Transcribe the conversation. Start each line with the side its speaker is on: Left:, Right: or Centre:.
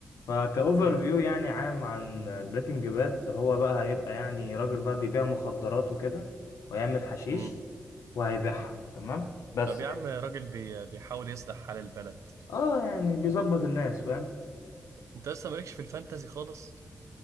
Left: فكأوفر
Right: امم
Left: فيو يعني عام عن بريكنج باد هو بقى هيبقى يعني راجل بقى بيبيع مخدرات وكده ويعمل حشيش
Right: امم
Left: وهيبيعها تمام بس
Right: طب يا
Left: يعني
Right: عم راجل بي... بيحاول يصلح حال البلد
Left: اه يعني بيظبط الناس فاهم
Right: انت لسه مالكش في الفانتازي خالص